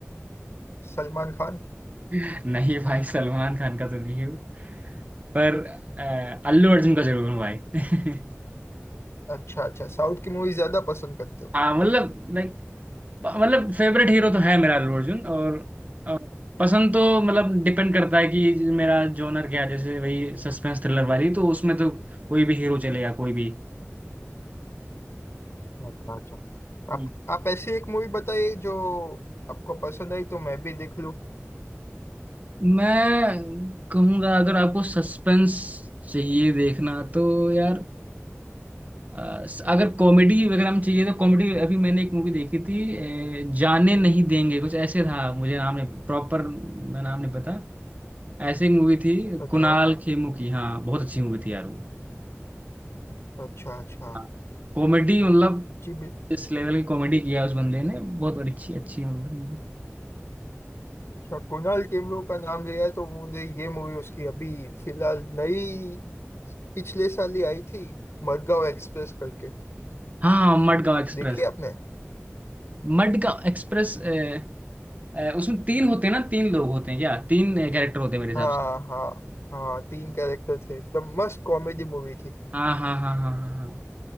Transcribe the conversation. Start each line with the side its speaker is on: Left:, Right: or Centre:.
Left: सलमान खान
Right: <laughs> नहीं भाई सलमान खान का तो नहीं है वो। पर अ, अल्लू अर्जुन का जरूर हूँ भाई <laughs>
Left: अच्छा अच्छा साउथ की मूवी ज्यादा पसंद करते हो
Right: हाँ मतलब लाइक मतलब फेवरेट हीरो तो है मेरा अल्लू अर्जुन और अ, पसंद तो मतलब डिपेंड करता है कि मेरा जोनर क्या है जैसे वही सस्पेंस थ्रिलर वाली तो उसमें तो कोई भी हीरो चलेगा कोई भी
Left: अच्छा अच्छा आप
Right: हम्म।
Left: आप ऐसी एक मूवी बताइए जो आपको पसंद आई तो मैं भी देख लूं
Right: मैं कहूंगा अगर आपको सस्पेंस चाहिए देखना तो यार अ, अगर कॉमेडी वगैरह में चाहिए तो कॉमेडी अभी मैंने एक मूवी देखी थी अ, जाने नहीं देंगे कुछ ऐसे था मुझे नाम नहीं प्रॉपर मैं नाम नहीं पता ऐसी मूवी थी
Left: अच्छा
Right: कुणाल खेमू की हाँ बहुत अच्छी मूवी थी यार वो
Left: अच्छा अच्छा
Right: हाँ कॉमेडी मतलब
Left: जी बिल्कुल
Right: इस लेवल की कॉमेडी किया उस बंदे ने बहुत बड़ी अच्छी अच्छी मतलब मूवी
Left: अच्छा कुणाल खेमरो का नाम लिया है तो मुझे ये मूवी उसकी अभी फिलहाल नई पिछले साल ही आई थी मडगांव एक्सप्रेस करके
Right: हाँ हाँ, मडगांव एक्सप्रेस
Left: देखी आपने
Right: मडगांव एक्सप्रेस अ, अ, उसमें तीन होते हैं ना तीन लोग होते हैं क्या तीन कैरेक्टर होते हैं मेरे हिसाब
Left: हाँ
Right: से
Left: हाँ हाँ तीन कैरेक्टर थे एकदम मस्त कॉमेडी मूवी थी
Right: हाँ हाँ हाँ हाँ हाँ हाँ